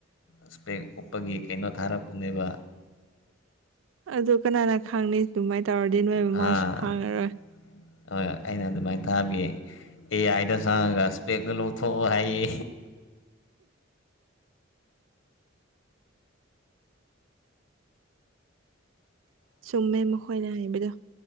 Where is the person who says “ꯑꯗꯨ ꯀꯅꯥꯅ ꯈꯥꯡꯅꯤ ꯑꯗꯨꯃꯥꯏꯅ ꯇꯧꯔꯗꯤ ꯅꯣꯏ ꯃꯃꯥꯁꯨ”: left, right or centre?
Right